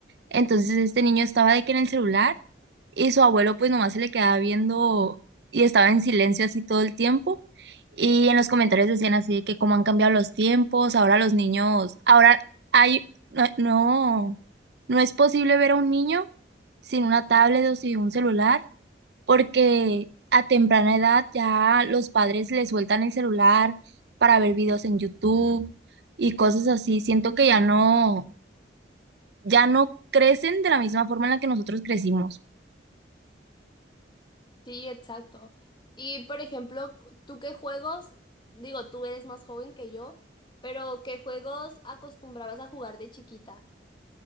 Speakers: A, on the right; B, on the left.
A: Entonces este niño estaba de que en el celular y su abuelo pues nomás se le quedaba viendo y estaba en silencio así todo el tiempo. Y en los comentarios decían así de que cómo han cambiado los tiempos, ahora los niños, ahora hay, no, no, no es posible ver a un niño sin una tablet o sin un celular, porque a temprana edad ya los padres les sueltan el celular para ver videos en YouTube y cosas así. Siento que ya no, ya no crecen de la misma forma en la que nosotros crecimos.
B: Sí, exacto. Y por ejemplo, ¿tú qué juegos? Digo, tú eres más joven que yo, pero ¿qué juegos acostumbrabas a jugar de chiquita?